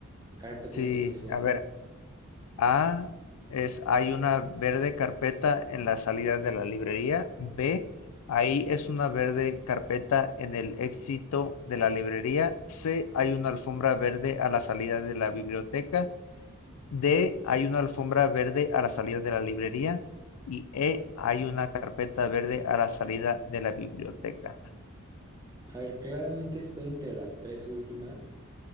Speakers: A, on the right; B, on the left.
A: Carpet
B: sí,
A: no sé qué sea.
B: a ver, A es hay una verde carpeta en la salida de la librería. B, ahí es una verde carpeta en el éxito de la librería. C, hay una alfombra verde a la salida de la biblioteca. D hay una alfombra verde a la salida de la librería y E hay una carpeta verde a la salida de la biblioteca.
A: A ver, claramente estoy entre las tres últimas,